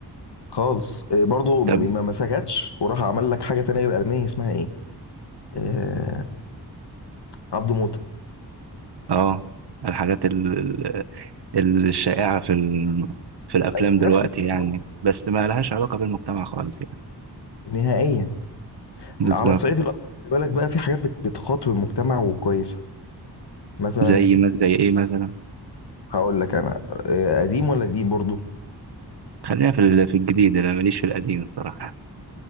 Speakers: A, on the left; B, on the right.
A: خالص آه، برضه م-
B: طب
A: ما ما سكتش وراح عمل لك حاجة تانية غير الألماني اسمها ايه؟ آه، عبده موتة
B: آه الحاجات ال- ال- الشائعة في ال- في الأفلام
A: أي-
B: دلوقتي
A: نفس الكلام
B: يعني
A: برضه
B: بس ما لهاش علاقة بالمجتمع خالص يعني
A: نهائيا
B: بالظبط
A: على الصعيد الآخر خلي بالك بقى في حاجات بت- بتخاطب المجتمع وكويسة مثلا
B: زي ما زي إيه مثلا
A: هقول لك انا آه، قديم ولا جديد برضو
B: خلينا في ال- في الجديد أنا ماليش في القديم الصراحة